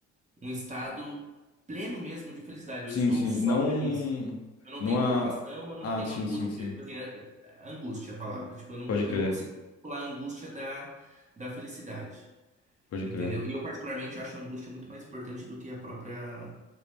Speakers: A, on the right (about 25°); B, on the left (about 55°).
A: um estado pleno mesmo de felicidade.
B: Sim,
A: Eu estou
B: sim.
A: só
B: Não.
A: feliz. Eu não
B: Não
A: tenho
B: há.
A: preocupação, eu não
B: Ah,
A: tenho
B: sim,
A: angústia.
B: sim, sim.
A: Tipo assim, é- é- angústia é a palavra. Tipo, eu não,
B: Pode
A: co- eu
B: crer,
A: não consigo pular a angústia da, da felicidade.
B: pode
A: Entendeu?
B: crer.
A: E eu, particularmente, acho a angústia muito mais importante do que a própria